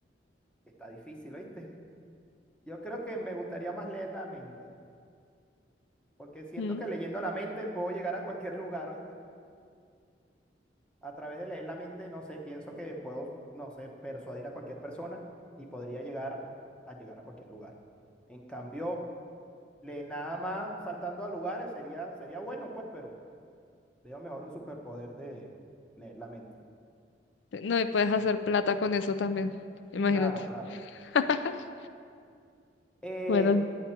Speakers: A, in the centre; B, on the left (about 75°).
A: está difícil, ¿oíste? Yo creo que me gustaría más leer la mente, porque siento
B: Mm,
A: que leyendo la mente puedo llegar a cualquier <laughs> lugar, hoy A través de leer la mente, no sé, pienso que puedo, no sé, persuadir a cualquier persona y podría llegar a llegar a cualquier lugar. En cambio, le nada más saltando a lugares sería, sería bueno, pues, pero veo mejor un superpoder de leer la mente.
B: No, y puedes hacer
A: Ah,
B: plata con eso también, imagínate.
A: Claro, claro.
B: <laughs>
A: Eh,
B: Bueno,